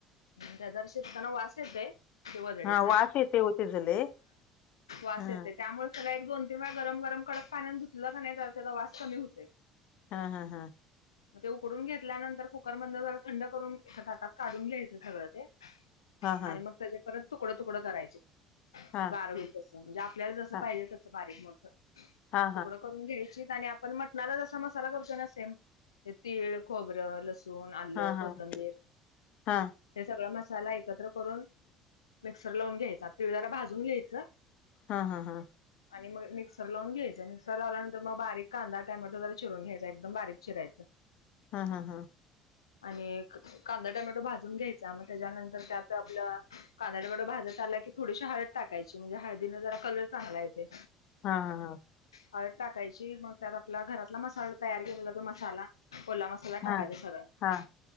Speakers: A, on the left; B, on the left.
A: त्याजार शेतकना वास येतय वाजडीचा
B: हा वास येते हो तेज लय
A: वास
B: हा
A: येते त्यामुळे त्याला एक दोन तीन वेळा गरम गरम कडक पाण्यात धुतलं का नाही तर त्याचा वास कमी होते
B: हा हा हा
A: मग ते उकडून घेतल्यानंतर कुकर मधन जरा थंड करून एक ताटात काढून घ्यायचं सगळं ते
B: हा हा
A: आणि मग त्याच्या परत तुकडं तुकडं करायचे
B: हा
A: गार होईल म्हणजे आपल्याला जस
B: हा
A: पाहिजे तसं बारीक मोठ
B: हा
A: तुकड घ्याच आणि आपण मटणाला कस मसाला करतो सेम ते तिळ, खोबरे, लसूण,
B: हा
A: आल्लं,
B: हा
A: कोथंबीर
B: हा
A: हे सगळा मसाला एकत्र करून मिक्सर लावून घ्यायचा तिळ जरा भाजून घ्यायचं
B: हा हा हा
A: आणि मग मिक्सर लावून घ्यायचं मिक्सर लावल्यानंतर मग बारीक कांदा टोमॅटो चिरून घ्यायचा एकदम बारीक चिरायचं
B: हा हा हा
A: आणि एक कांदा टमॅटो भाजायच घ्यायच मग त्याच्यानंतर त्यात आपल कांदड्याकड भाजत आला की थोडीशी हळद टाकायची म्हणजे हळदीने जरा कलर चांगला येतोय
B: हा हा हा
A: हळद टाकायची मग त्यात आपला घरातला मसाला तयार केलेला तो मसाला ओला मसाला मसाला
B: हा
A: टाकायचं सगळं
B: हा